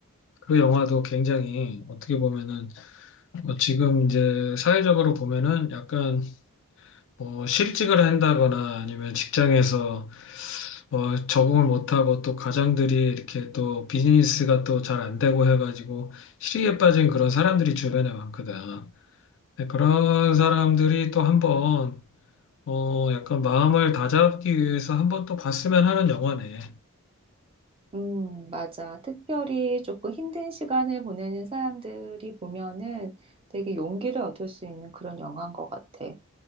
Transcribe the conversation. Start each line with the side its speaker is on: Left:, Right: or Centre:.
Left: 그 영화도 굉장히 어떻게 보면은 어, 지금 이제 사회적으로 보면은 약간 뭐 실직을 한다거나 아니면 직장에서 어, 적응을 못하고 또 가장들이 이렇게 또 비즈니스가 또 잘 안 되고 해가지고 실의에 빠진 그런 사람들이 주변에 많거든. 근데 그런 사람들이 또 한번 어, 약간 마음을 다잡기 위해서 한번 또 봤으면 하는 영화네.
Right: 음, 맞아. 특별히 조금 힘든 시간을 보내는 사람들이 보면은 되게 용기를 얻을 수 있는 그런 영화인 것 같아.